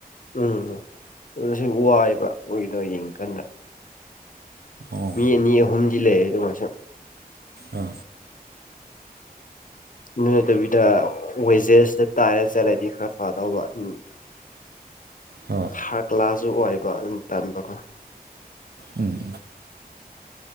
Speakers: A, on the left; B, on the right.
A: ꯎꯝ ꯑꯗꯨ ꯁꯤ ꯋꯥꯏꯕ ꯑꯣꯏꯗꯣ ꯌꯦꯡ ꯀꯟꯅ
B: ꯑꯣ
A: ꯃꯤ ꯑꯅꯤ ꯑꯍꯨꯝꯗꯤ ꯂꯩ ꯑꯗꯨꯒ ꯃꯁꯛ
B: ꯑ
A: ꯑꯗꯨ ꯅꯠꯇꯕꯤꯗ ꯋꯦꯖꯦꯁꯇ ꯇꯥꯏꯔ ꯆꯠꯂꯗꯤ ꯈꯔ ꯐꯗꯧꯕ ꯎꯝ
B: ꯍꯣꯏ
A: ꯈꯔ ꯀ꯭ꯂꯥꯁꯨ ꯑꯣꯏꯕ ꯑꯗꯨ ꯇꯝꯕꯒ
B: ꯎꯝ